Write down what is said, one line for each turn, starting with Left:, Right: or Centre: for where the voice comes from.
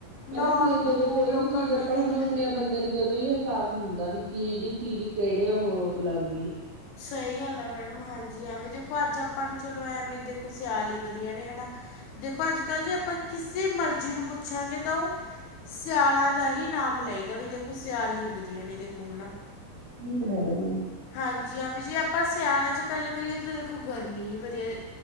Left: ਨਹਾਉਣ
Right: ਪਤਾ ਕੀ ਹੈ
Left: ਨੂੰ
Right: ਜਦੋਂ ਕੋਈ
Left: ਲੋਕਾਂ
Right: ਵੀ ਚੀਜ਼
Left: ਨੂੰ
Right: ਆਪਾਂ
Left: ਐਵੇਂ ਹੁੰਦਾ
Right: ਬਣਾਉਣੇ ਆ ਬੰਦੇ ਨੂੰ ਜਦੋਂ ਹੀ ਅਹਿਸਾਸ ਹੁੰਦਾ ਵੀ ਕਿਹੜੀ ਚੀਜ਼ ਕਿਹੜੇ ਉਹ ਲੱਗਦੀ ਏ
Left: ਸਹੀ ਗੱਲ ਆ ਮੈਡਮ ਹਾਂਜੀ ਐਵੇਂ ਦੇਖੋ ਅੱਜ ਆਪਾਂ ਨੂੰ ਚਲੋ ਐ ਵੀ ਦੇਖੋ ਸਿਆਲ ਈ ਵਧੀਆ ਨੇ ਹੈਨਾ ਦੇਖੋ ਅੱਜ-ਕੱਲ ਜੇ ਆਪਾ ਕਿਸੇ ਮਰਜ਼ੀ ਨੂੰ ਪੁੱਛਾਂਗੇ ਤਾਂ ਓ ਸਿਆਲਾਂ ਦਾ ਹੀ ਨਾਮ ਲਏਗਾ ਵੀ ਦੇਖੋ ਸਿਆਲ ਹੀ ਵਧੀਆ ਨੇ ਦੇਖੋ ਹਨਾ।
Right: ਹੂੰ।
Left: ਹਾਂਜੀ ਹਾਂ ਵੀ ਜੇ ਆਪਾਂ ਸਿਆਣਾ ਚ ਗੱਲ ਕਰੀਏ ਤਾਂ ਦੇਖੋ ਗਰਮੀ ਈ ਵਧੀਆ ਏ।